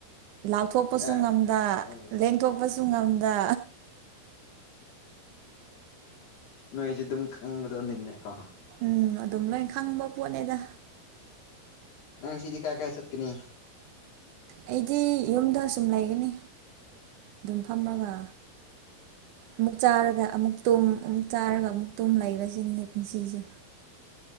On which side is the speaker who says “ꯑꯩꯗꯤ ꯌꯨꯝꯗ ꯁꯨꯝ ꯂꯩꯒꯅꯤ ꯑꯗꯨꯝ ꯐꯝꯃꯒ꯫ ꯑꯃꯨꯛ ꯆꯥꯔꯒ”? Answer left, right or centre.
Right